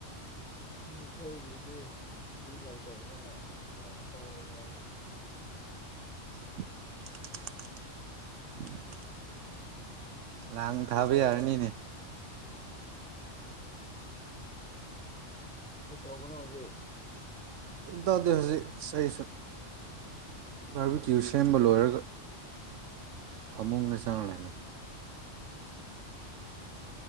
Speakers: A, in the centre; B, on the right (about 75°).
A: ꯑꯩꯈꯣꯏꯒꯤꯗꯤ ꯅꯨꯄꯤ ꯂꯩꯇꯕꯅꯤꯅ ꯇꯧꯔꯦ
B: <unintelligible> <unintelligible> ꯂꯥꯡ ꯊꯥꯕ
A: ꯀꯩ ꯇꯧ
B: ꯌꯥꯔꯅꯤꯅꯦ
A: ꯀꯩ ꯇꯧꯕꯅꯣ ꯍꯧꯖꯤꯛ
B: ꯀꯩꯝ ꯇꯧꯗꯦ ꯍꯧꯖꯤꯛ ꯑꯩꯁꯨ ꯕꯥꯔꯕꯤꯀ꯭ꯌꯨ ꯁꯦꯝꯕ ꯂꯣꯏꯔꯒ ꯐꯃꯨꯡꯅ ꯆꯪꯅ ꯂꯩꯅꯩ